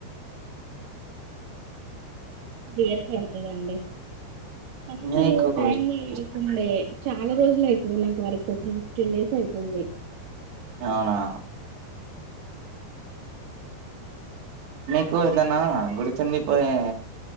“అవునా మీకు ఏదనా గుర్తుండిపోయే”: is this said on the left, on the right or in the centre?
Right